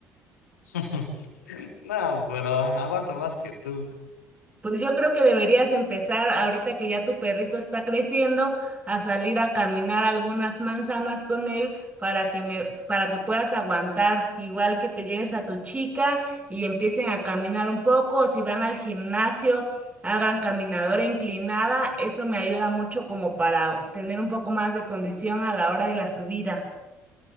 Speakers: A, on the left; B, on the right.
A: <laughs> No, pero aguanto más que tú.
B: Pues yo creo que deberías empezar ahorita que ya tu perrito está creciendo a salir a caminar algunas manzanas con él para que me para que puedas aguantar, igual que te lleves a tu chica y empiecen a caminar un poco o si van al gimnasio hagan caminadora inclinada, eso me ayuda mucho como para tener un poco más de condición a la hora de la subida.